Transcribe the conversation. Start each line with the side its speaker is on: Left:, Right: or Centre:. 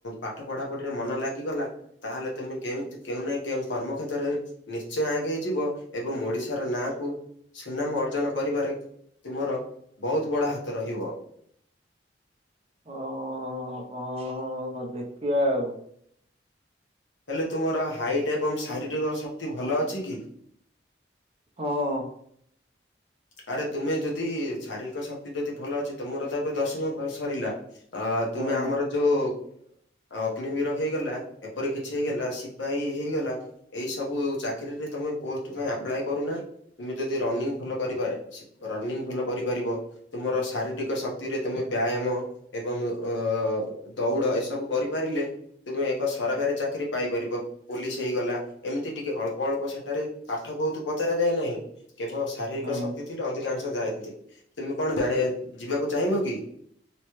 Left: ପାଠ ପଢା ପଢିରେ ମନ ଲାଗିଗଲା ତାହେଲେ ତୁମେ କେମ କେଉଁ ନାହିଁ କେଉଁ କର୍ମ କ୍ଷେତ୍ରରେ ନିଶ୍ଚୟ ଆଗେଇ ଯିବ ଏବଂ ଓଡିଶା ର ନାଁକୁ ସୁନାମ ଅର୍ଜନ କରିବାରେ ତୁମର ବହୁତ ବଡ଼ ହାତ ରହିବ।
Right: ଓ ଓ ହଁ ଦେଖିବା ଆଉ।
Left: ହେଲେ ତୁମର ହାଇଟ୍ ଏବଂ ଶାରୀରିକ ଶକ୍ତି ଭଲ ଅଛି କି?
Right: ହଁ।
Left: ଆରେ ତୁମେ ଯଦି ଶାରୀରିକ ଶକ୍ତି ଯଦି ଭଲ ଅଛି ତୁମର ତ ଏବେ ଦଶମ ସରିଲା। ଅ ତୁମେ
Right: ହଁ
Left: ଆମର ଯୋଉ ଅଗ୍ନିବୀର ହେଇଗଲା ଏପରି କିଛି ହେଇଗଲା ସିପାହୀ ହେଇଗଲା। ଏଇ ସବୁ ଚାକିରୀରେ ତମେ ପୋଷ୍ଟ ପାଇଁ ଆପ୍ଲାଏ କରୁନା ତମେ ଯଦି ରନିଙ୍ଗ ଭଲ କରିବ ରନିଙ୍ଗ ଭଲ କରିପାରିବ ତୁମର ଶାରୀରିକ ଶକ୍ତିରେ ତୁମେ ବ୍ୟାୟାମ ଏବଂ ଅ ଦୌଡ଼ ଏସବୁ କରିପାରିଲେ ତୁମେ ଏକ ସରକାରୀ ଚାକିରି ପାଇପାରିବ। ପୋଲିସ ହେଇଗଲା ଏମିତି ଟିକେ ଅଳ୍ପ ଅଳ୍ପ ସେଠାରେ ପାଠ ବହୁତ ପଚାର ଯାଏ ନାହିଁ କେବଳ ଶାରୀରିକ
Right: ହୁଁ,
Left: ଶକ୍ତି ଥିଲେ ଅଧିକ <unintelligible> ତମେ କଣ ଜାଣ ଯିବାକୁ ଚାହିଁବ କି?